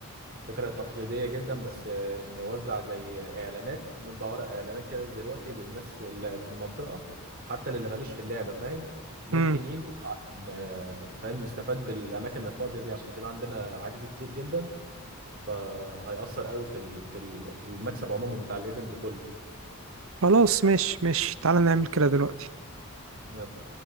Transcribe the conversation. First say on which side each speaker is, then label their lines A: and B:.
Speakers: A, on the right (about 45°); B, on the right (about 65°).
A: فكرة تقليدية جدا بس آه، نوزع زي إعلانات نطبع ورق إعلانات كده دلوقتي للناس اللي في المنطقة حتى اللي مالوش في اللعبة فاهم ممكن
B: امم
A: يجوا عشان آه، فاهم نستفاد بالأماكن الفاضية دي عشان كده عندنا عجز كتير جدا فهيأثر قوي في ال- في ال- في المكسب عموما بتاع الإيفنت كله
B: خلاص ماشي ماشي تعالى نعمل كده دلوقتي
A: يلا